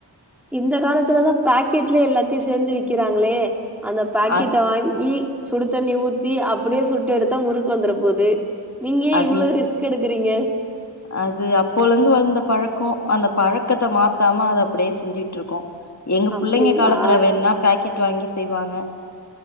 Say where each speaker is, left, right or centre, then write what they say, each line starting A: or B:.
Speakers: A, in the centre; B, on the left (about 40°).
A: இந்த காலத்துலதா பாக்கெட்லயே எல்லாத்தையு சேர்ந்து விக்கிறாங்களே அந்த பாக்கெட்டை
B: அ
A: வாங்கி சுடு தண்ணி ஊத்தி அப்டியே சுட்டு எடுத்தா முறுக்கு வந்துட போது நீங்க
B: அது
A: இவ்ளோ ரிஸ்க் எடுக் இருக்கிறீங்க
B: அது அப்போலந்து வளந்த பழக்க அந்த பழக்கத்தை மாத்தாம அத அப்டியே செஞ்சுட்ருக்கோ எங்க
A: அப்டிங்களா
B: பிள்ளைங்க காலத்துல வேணுனா பாக்கெட் வாங்கி ஷ் செய்வாங்க